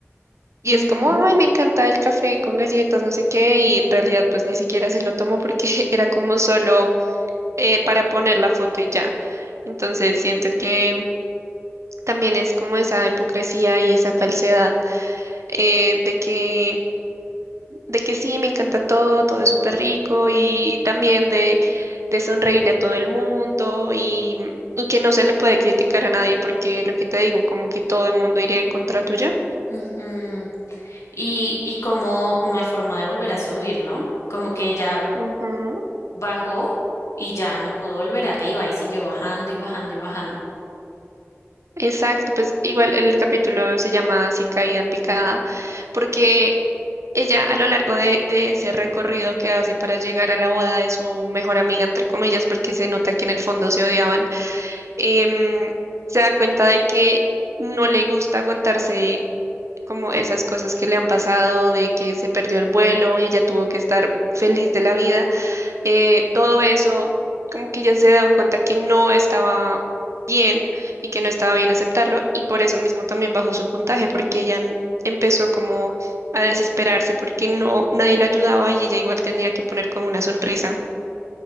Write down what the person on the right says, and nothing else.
Y
es como, ay, me encanta el café con galletas, no sé qué. Y en realidad pues ni siquiera se lo tomó porque <laughs> era como solo eh, para poner la foto y ya. Entonces siento que también es como esa hipocresía y esa falsedad eh, de que, de que sí, me encanta todo, todo es súper rico y también de, de sonreírle a todo el mundo y, y que no se le puede criticar a nadie porque lo que te digo, como que todo el mundo iría en contra tuya.
Ujú,
Exacto, pues igual el capítulo se llama así Caída en picada, porque ella a lo largo de, de ese recorrido que hace para llegar a la boda de su mejor amiga, entre comillas, porque se nota que en el fondo se odiaban, em, se da cuenta de que no le gusta aguantarse como esas cosas que le han pasado, de que se perdió el vuelo y ella tuvo que estar feliz de la vida. eh, todo eso, como que ella se ha dado cuenta que no estaba bien y que no estaba bien aceptarlo y por eso mismo también bajó su puntaje porque ella n- empezó como a desesperarse porque no nadie la ayudaba y ella igual tenía que poner como una sonrisa.